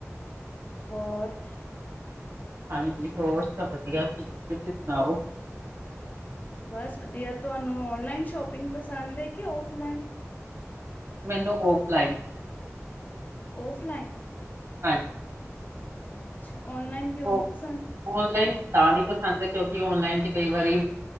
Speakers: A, on the left (about 35°); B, on the right (about 60°).
A: ਹੋਰ
B: ਹਾਂਜੀ ਹੋਰ ਸਬ ਵਧੀਆ ਠੀਕ ਤੁਸੀਂ ਸੁਣਾਓ।
A: ਬਸ ਵਧੀਆ ਤੁਆਨੂੰ ਔਨਲਾਈਨ ਸ਼ੋਪਿੰਗ ਪਸੰਦ ਏ ਕਿ ਔਫਲਾਈਨ।
B: ਮੈਨੂੰ ਔਫਲਾਈਨ।
A: ਔਫਲਾਈਨ।
B: ਹਾਂ
A: ਅੱਛਾ ਔਨਲਾਈਨ ਕਿਉਂ
B: ਉਹ
A: ਨੀ ਪਸੰਦ?
B: ਔਨਲਾਈਨ ਤਾਂ ਨੀ ਪਸੰਦ ਕਿਉਂਕਿ ਔਨਲਾਈਨ ਚ ਕਈ ਵਾਰੀ